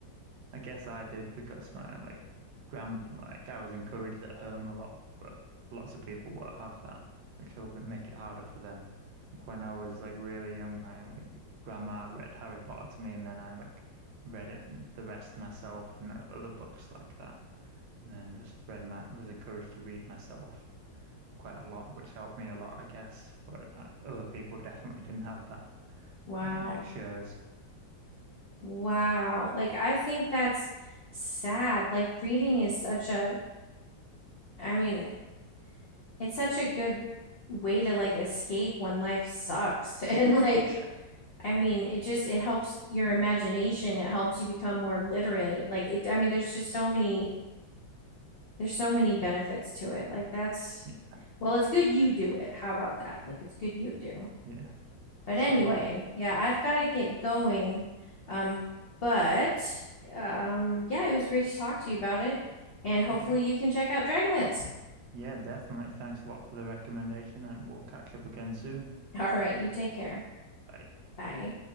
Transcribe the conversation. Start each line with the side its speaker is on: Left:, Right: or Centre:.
Right: I guess I did because my like grand like I was encouraged at home a lot, but lots of people won't have that, which will be- make it harder for them. Like when I was like really young, my like grandma read Harry Potter to me, and then I like read it the rest myself and uh, other books like that, and then just read my was encouraged to read myself quite a lot, which helped me a lot, I guess. But uh, other people definitely didn't have that,
Left: Wow.
Right: and it shows.
Left: Wow. Like I think that's sad. Like reading is such a, I mean, it's such a good way to like escape when life sucks <laughs> and like
Right: Yeah,
Left: I mean it just it helps your imagination it helps you become more literate like it I mean there's just so many there's so many benefits to it like that's
Right: yeah,
Left: well it's good you do it how about that like it's good you do
Right: yeah.
Left: but
Right: So.
Left: anyway yeah I've got to get going um but um yeah it was great to talk to you about it and hopefully
Right: Yeah.
Left: you can check out Dragonlance
Right: Yeah, definitely. Thanks a lot for the recommendation, and we'll catch up again soon.
Left: <laughs> all right you take care
Right: Bye.
Left: bye